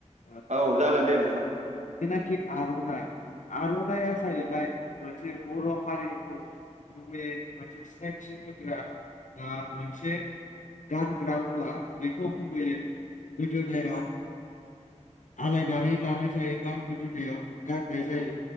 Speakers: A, on the left; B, on the right.
A: ओ
B: औ जागोन दे नों थां
A: जेनाखि आर'नाइ आर'नाया जाहैबाय मोनसे बर' हारिखौ गुबैयै मोनसे सिनायथि होग्रा ओ मोनसे गानग्रा मुवा बेखौ गुबैयै गोदोनायाव आलायनानै लानाय जायो गां गोदोनायाव गाननाय जायो